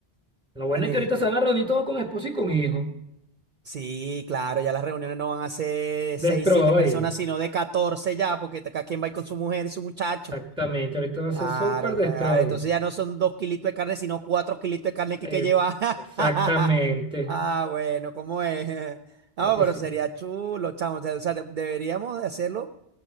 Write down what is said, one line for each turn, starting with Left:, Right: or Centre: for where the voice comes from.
Centre: Lo bueno
Right: Coño,
Centre: es que
Right: y
Centre: ahorita
Right: te-
Centre: se van a reunir todos con esposo y con hijo.
Right: sí, claro, ya las reuniones no van a ser
Centre: Destroy,
Right: seis, siete personas, sino de catorce ya, porque cada quien va a ir con su mujer y su muchacho.
Centre: exactamente. Ahorita va a
Right: Claro,
Centre: ser Super Destroy.
Right: claro, entonces ya no son dos kilitos de carne, sino cuatro kilitos de carne que
Centre: Eh,
Right: hay que llevar.
Centre: exactamente.
Right: <laughs> Ah, bueno, ¿cómo es? <laughs>
Centre: ¿Para
Right: No,
Centre: qué
Right: pero
Centre: sí?
Right: sería chulo, chamo. O sea, o sea, de- deberíamos de hacerlo,